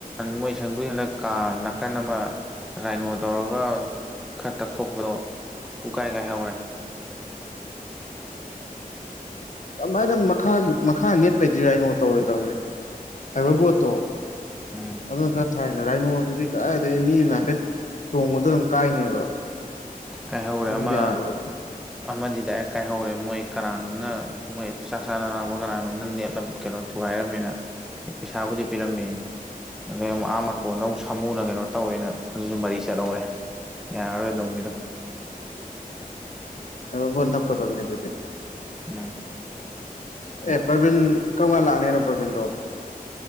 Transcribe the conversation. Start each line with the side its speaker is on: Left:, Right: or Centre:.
Centre: ꯃꯣꯏ ꯁꯪꯗꯨ ꯍꯟꯗꯛ ꯀꯥ ꯅꯥꯀꯟ ꯑꯃ ꯔꯥꯏꯅꯣ ꯇꯧꯔꯒ ꯈꯔ ꯇꯞꯊꯣꯛꯄꯗꯣ ꯄꯨꯀꯥꯏ ꯀꯥꯏꯍꯧꯔꯦ
Left: ꯑꯗꯨꯃꯥꯏꯅ ꯃꯈꯥꯒꯤ ꯃꯈꯥ ꯅꯦꯠꯄꯩꯗꯤ ꯔꯥꯏꯅꯣ ꯇꯧꯔꯣꯏꯗꯕꯅꯦ ꯐꯥꯏꯕꯔ ꯕꯣꯔꯗ ꯇꯣ
Centre: ꯎꯝ
Left: ꯑꯗꯨꯅ ꯈꯔ ꯊꯥꯏꯅ ꯔꯥꯏꯅꯣ ꯗꯨꯗꯤ ꯀꯥꯏꯗꯒꯤ ꯃꯤꯅ ꯍꯥꯏꯐꯦꯠ ꯆꯣꯡꯕꯗ ꯑꯗꯨꯝ ꯀꯥꯏꯅꯦꯕ
Centre: ꯀꯥꯏꯍꯧꯔꯦ
Left: ꯑꯗꯨꯝ
Centre: ꯑꯃ
Left: ꯌꯥꯔꯣꯏ
Centre: ꯑꯃꯗꯤ ꯗꯥꯏꯛ ꯀꯥꯏꯍꯧꯔꯦ ꯃꯣꯏ ꯀꯅꯥꯅꯣꯝꯅ ꯃꯣꯏ ꯆꯥꯛ ꯆꯥꯅꯔꯥꯛꯄ ꯀꯅꯥꯅꯣꯝꯅ ꯅꯦꯠꯂꯝ ꯀꯩꯅꯣ ꯊꯨꯒꯥꯏꯔꯝꯃꯦꯅ ꯄꯩꯁꯥꯕꯨꯗꯤ ꯄꯤꯔꯝꯃꯦꯌꯦ ꯑꯗꯩ ꯑꯃꯨꯛ ꯑꯥ ꯃꯇꯣꯟꯗ ꯑꯃꯨꯛ ꯁꯥꯃꯨꯅ ꯀꯩꯅꯣ ꯇꯧꯋꯦꯅ ꯑꯗꯨꯁꯨ ꯃꯔꯤ ꯆꯠꯂꯧꯔꯦ ꯌꯥꯔꯔꯣꯏ ꯗꯨꯝ ꯒꯤꯗꯣ
Left: ꯔꯕꯔ ꯕꯣꯠ ꯅꯞꯀꯗꯕꯅꯦ ꯑꯗꯨꯗꯤ
Centre: ꯎꯝ
Left: ꯑꯦ ꯄ꯭ꯔꯕꯤꯟ ꯀꯔꯝꯀꯥꯟ ꯂꯥꯛꯅꯤ ꯍꯥꯏꯅꯣ ꯄ꯭ꯔꯕꯤꯟꯗꯣ